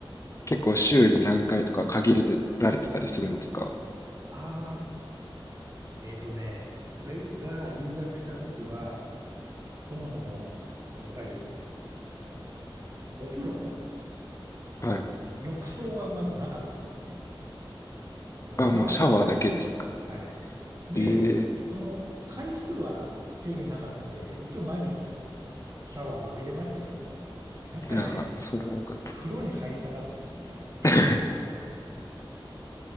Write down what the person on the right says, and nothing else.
ああ、えっとね、俺が留学した時は、そもそも、やっぱり、あの、お風呂あの、
浴槽はまずなかったですね。もうシャワーだけ。
はい。で、
その回数は制限なかったんで、一応毎日シャワーは浴びれましたけど、やっぱりね、
風呂に入りたかったですね。